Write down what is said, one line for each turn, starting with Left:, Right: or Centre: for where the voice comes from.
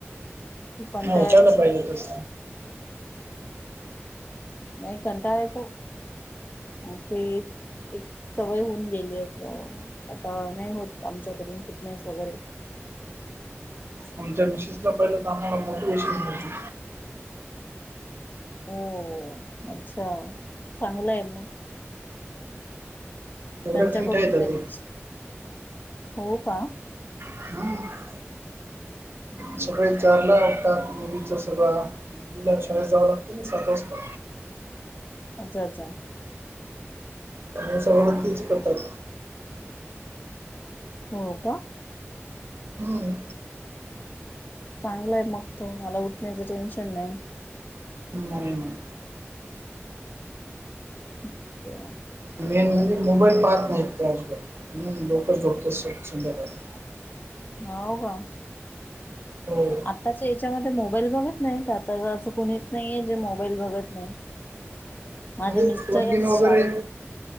Left: खूप कंटाळा
Right: मग उठयला
Left: येतो
Right: पाहिजे तस.
Left: नाही कंटाळं खूप आणि ते. एक सवय होऊन गेली असा आता नाही होत आमच्याकडून फिटनेस वगैरे.
Right: आमच्या मिसेसला पहिलं तर आम्हाला मोटिवे्शन मिळते.
Left: हो अच्छा चांगलं आहे मग.
Right: एवढे
Left: त्यांच्याकडून
Right: फिट आहेत
Left: काहीतरीच
Right: ते
Left: हो का?
Right: ह.
Left: अच्छा
Right: सगळे विचारला मुलीच सगळं मुलीला शाळेत जावं लागते सात वास्ता.
Left: अच्छा अच्छा.
Right: त्यांमुळे सगगतीच करतात.
Left: हो का?
Right: हम्म
Left: चांगलाय मग तो मला उठण्याचं टेन्शन नाही.
Right: हम् मुलींनो.
Left: अच्छा.
Right: मेन म्हणजे मोबाईल पाहत नाही तर अजबात लोकच ोकतंदरहात.
Left: हा हो का?
Right: होय.
Left: आताच्या याच्यामध्ये मोबाईल बघत नाही आता असं कुणीच नाहीये जे मोबाईल बघत नाही.
Right: <inaudible>
Left: माझे
Right: म्हणजे
Left: मिस्टरच
Right: फोन गिन वगैरे
Left: शाळेत